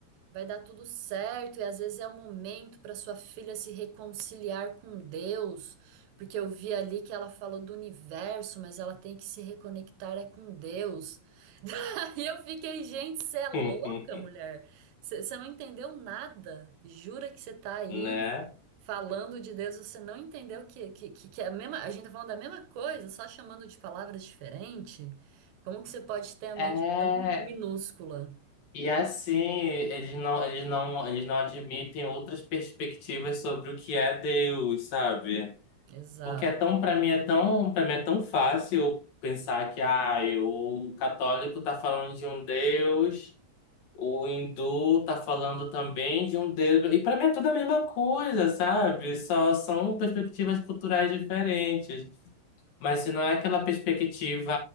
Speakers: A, on the right; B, on the left.
A: Vai dar tudo certo, e às vezes é o momento para sua filha se reconciliar com Deus, porque eu vi ali que ela falou do universo, mas ela tem que se reconectar é com Deus. <laughs> Daí eu fiquei, gente, você é louca,
B: <laughs>
A: mulher. Você você não entendeu nada. Jura que você tá aí
B: Né?
A: falando de Deus, você não entendeu que, que, que, que é a mesma, a gente tá falando da mesma coisa, só chamando de palavras diferentes. Como que você pode ter a mente
B: É,
A: tão minúscula?
B: E assim, eles não, eles não, eles não admitem outras perspectivas sobre o que é Deus, sabe?
A: Exato.
B: Porque é tão, para mim é tão, para mim é tão fácil pensar que ah, o católico tá falando de um Deus, o hindu tá falando também de um Deus, e para mim é tudo a mesma coisa, sabe? Só são perspectivas culturais diferentes. Mas se não é aquela perspectiva